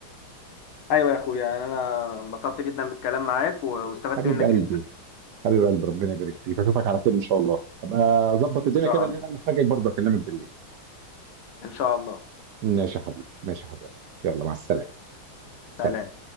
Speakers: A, on the left; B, on the right.
A: أيوة يا أخويا يعني أنا انبسطت جدا بالكلام معاك و- واستفدت
B: حبيب
A: منك
B: قلبي
A: جدا
B: حبيب قلبي ربنا يبارك فيك اشوفك على خير ان شاء الله ابقى اظبط الدنيا
A: إن شاء
B: كده
A: الله
B: لان انا محتاجك برضه اكلمك بالليل
A: إن شاء الله
B: ماشي يا حبيبي ماشي يا حبيبي يلا مع السلامة سلام
A: سلام